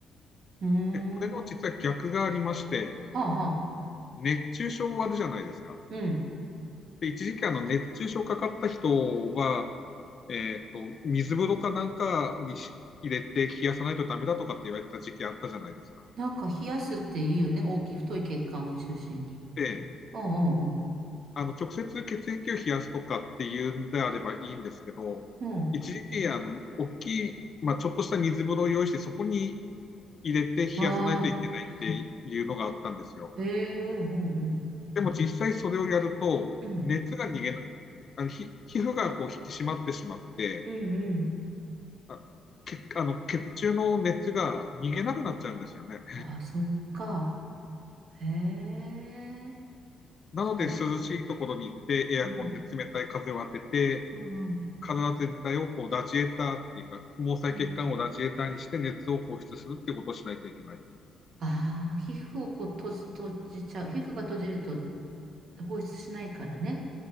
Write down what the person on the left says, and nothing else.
で、これの実は逆がありまして、
熱中症あるじゃないですか。
で、一時期あの熱中症かかった人は、えーと、水風呂かなんかにし入れて冷やさないとダメだとかって言われた時期あったじゃないですか。
で、
あの、直接血液を冷やすとかっていうんであればいいんですけど、
一時期、あの、大きい、まあ、ちょっとした水風呂を用意して、そこに入れて冷やさないといけないっていうのがあったんですよ。
でも実際それをやると、
熱が逃げな、あの皮皮膚がこう引き締まってしまって、
あ血あの血中の熱が逃げなくなっちゃうんですよね。
なので涼しいところに行ってエアコンで冷たい風を当てて、
体全体をこうラジエーターっていうか、毛細血管をラジエーターにして熱を放出するっていうことをしないといけない。